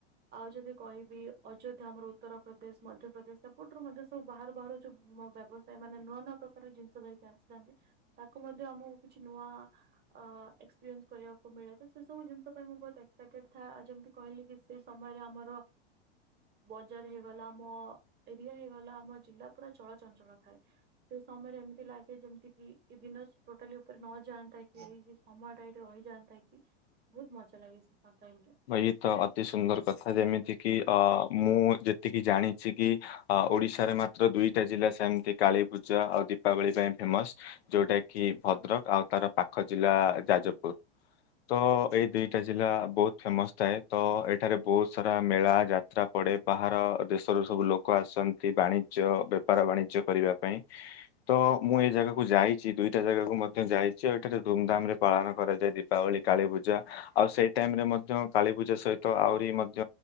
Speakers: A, on the right (about 30°); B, on the left (about 65°).
A: ଆଉ ଯଦି କହିବି ଅଯୋଧ୍ୟା ଆମର ଉତ୍ତରପ୍ରଦେଶ ମଧ୍ୟପ୍ରଦେଶ ସେପଟରୁ ମଧ୍ୟ ସବୁ ବାହାରୁ ବାହାରୁ ଯୋଉ ଆମ ବ୍ୟବସାୟ ମାନେ ନୂଆ ନୂଆ ପ୍ରକାର ଜିନିଷ ଧରିକି ଆସିଥାନ୍ତି। ତାକୁ ମଧ୍ୟ ଆମକୁ କିଛି ନୂଆ ଅ ଏକ୍ସପିରିଏନ୍ସ କରିବାକୁ ମିଳି ତ ସେ ସବୁ ଜିନିଷ ପାଇଁ ମୁଁ ବହୁତ ଏକ୍ସାଇଟେଡ ଥାଏ। ଆଉ ଯେମିତି କହିଲି କି ସେ ସମୟରେ ଆମର ବଜାର ହେଇଗଲା ଆମ ଏରିଆ ହେଇଗଲା ଆମ ଜିଲ୍ଲା ପୁରା ଚଳଚଞ୍ଚଳ ଥାଏ ସେ ସମୟରେ ଏମିତି ଲାଗେ ଯେମିତି କି ଏ ଦିନ ଟୋଟାଲି ଉପରେ ନଯାନ୍ତା କି ସମୟ ଟାରେ ରହିଯାନ୍ତା। ହୋଇ ଥାଏ କି ବହୁତ ମଜା ଟାଇମରେ।
B: ହାଇତ ତ ଅତି ସୁନ୍ଦର କଥା ଯେମିତି କିି ଅ ମୁଁ ଯେ ଏତିକି ଜାଣିଛି କି ଆ-ଓଡ଼ିଶାରେ ମାତ୍ର ଦୁଇଟା ଜିଲ୍ଲା ସେମତି କାଳୀ ପୂଜା ଆଉ ଦୀପାବଳି ପାଇଁ ଫେ ଫେମସ୍ ଯୋଉଟାକିି ଭଦ୍ରକ୍ ଆଉ ତାର ପାଖ ଜିଲ୍ଲା ଯାଜପୁର୍ ତ ଏଇ ଦିଟା ଜି ଜିଲ୍ଲା ବୋହୁତ୍ ଫେମସ୍ ଥାଏ ତ ଏଠାରେ ବୋହୁତ୍ ସାରା ମେଳା ଯାତ୍ରା ପଡ଼େ ବାହାର ଦେଶରୁ ସବୁ ଲୋକ ଆସନ୍ତି ବାଣିଜ୍ୟ, ବେପାର ବାଣିଜ୍ୟ କରିବା ପାଇଁ ତ ମୁଁ ଏ ଜାଗାକୁ ଯା ଏଇଚି ଦୁଇଟା ଜାଗାକୁ ମଧ୍ୟ ଯାଇଚ ଏଠାରେ ଧୁମ୍ ଧାମରେ ପାଳନ କରାଯାଏ ଦୀପାବଳି କାଳୀ ପୂଜା। ଆଉ ସେଇ ଟାଇମରେ ମଧ୍ୟ କାଳୀ ପୂଜା ସହିତ ଆହୁରି ମଧ୍ୟ